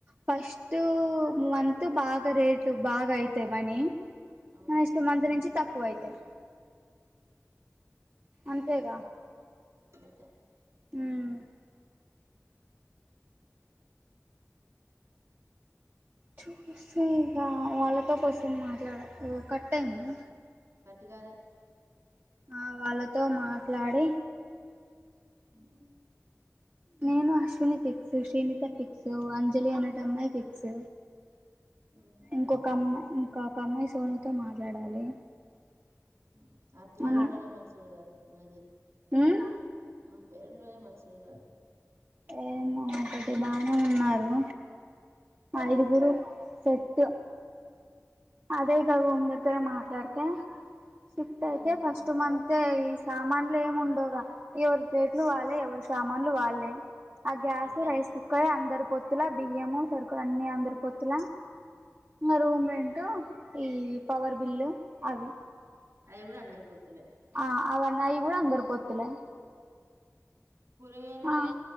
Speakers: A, on the right; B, on the right.
A: ఫస్ట్ మంత్ బాగా రేట్లు బాగా అయితాయి మనీ.
B: అవును
A: ఫస్ట్ మంత్ నుంచి తక్కువ అయితాయ్ అంతేగా.
B: అంతే.
A: ఉమ్మ్ చూస్తా ఇగ వాళ్ళతో కోసం మాట్లాడాలి ఓ కట్టయిందా
B: సత్తి గారె.
A: ఆహ్ వాళ్ళతో మాట్లాడి.
B: ఉమ్.
A: నేను అశ్విని ఫిక్స్ శ్రీనిత ఫిక్స్ అంజలి అనేటామే ఫిక్స్
B: ఉమ్
A: ఇంకొక అమ్మాయి ఇంకొక అమ్మాయి సోనితో మాట్లాడాలి.
B: ఉమ్ అప్పుచేయనివాడే
A: అన్
B: మంచోడుగాదు ఆహ్ అది
A: ఉమ్
B: ఆ పేరు మీద మనుషులు కారు.
A: ఏమో ఒకటి బానే ఉన్నారు. ఐదుగురు సెట్. అదేగా రూమ్ దగ్గర మాట్లాడితే షిఫ్ట్ అయితే
B: ఉమ్
A: ఫస్ట్ మంత్ అయితే ఈ సామాన్లు ఏమి ఉండవుగా ఎవరి ప్లేట్లు వాళ్ళే ఎవరు సామాన్లు వాళ్ళే. ఆహ్ గ్యాస్
B: ఇంట్లే
A: రైస్ కుక్కర్ అందరు పోత్తులా బియ్యము సరుకులు అన్ని అందరి పొత్తులా. రూమ్ రెంట్ ఈ పవర్ బిల్లు అవి.
B: అవి కూడా అందరి పొత్తులే.
A: ఆహ్ అవన్ని అవి కూడా అందరి పొత్తులే.
B: కూరగాయలు
A: ఆ
B: మరి